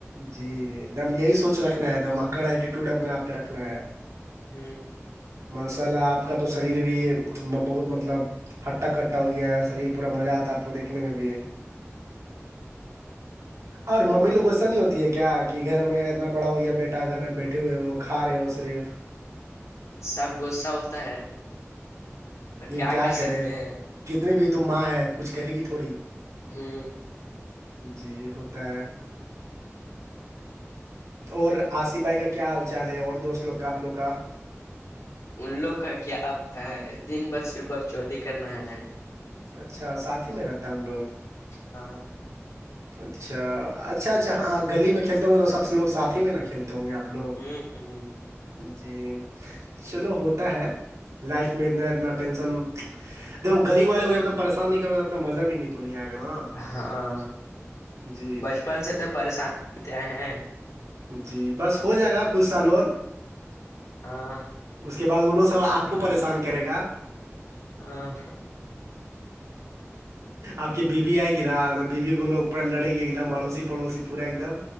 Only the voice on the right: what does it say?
جی دم یہی سوچ رکھنا ہے دم اکڑ ایٹیٹیوڈ اپنے آپ پہ رکھنا ہے
ماشاء آپ کا تو شریر بھی بہت مطلب ہٹا کٹا ہو گیا ہے شریر پورا مزہ آتا ہے آپ کو دیکھنے میں بھی اور ممی لوگوں سے ایسا نہیں ہوتی ہے کیا کہ گھر میں اتنا بڑا ہو یا بیٹا گھر میں بیٹھے ہوئے ہو کھا رہے ہو صرف
نہیں کیا
کرے
کتنی بھی تم ماں ہے کچھ کرے گی تھوڑی
جی ہوتا ہے تو اور آصف بھائی کا کیا حال چال ہے اور دوست لوگ کا آپ لوگ کا
اچھا ساتھ ہی میں رہتا ہے ان لوگ
اچھا اچھا اچھا ہاں گلی میں کھیلتے ہ گے تو سب لوگ ساتھی ہی میںا کھیلتے ہوں گے آپ لوگ
جی چلو ہوتا ہے لائف میں اتنا اتنا ٹینشن دیکو گغریب والے کو جب ت پریشان نہیں کروں گے تب تو مزہ بھی نہیں تو نہیں آئےا نا
جی
جی بس ہو جائے گا کچھ سال اور
اس کے بعد ان لوں سب آپ کو پریشان کرے گا
آپ کی بیوی آئے ناب بیوی کوو پہ لڑے گی ایک دم اڑوسی پڑوسی پورا ایک دم